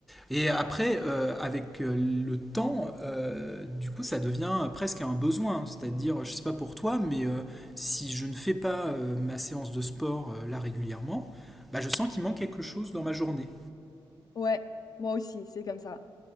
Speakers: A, in the centre; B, on the left.
A: et après euh, avec euh, le temps, euh, du coup ça devient presque un besoin. C'est-à-dire, je sais pas pour toi, mais euh, si je ne fais pas euh, ma séance de sport euh, là régulièrement, bah, je sens qu'il manque quelque chose dans ma journée.
B: Ouais, moi aussi, c'est comme ça.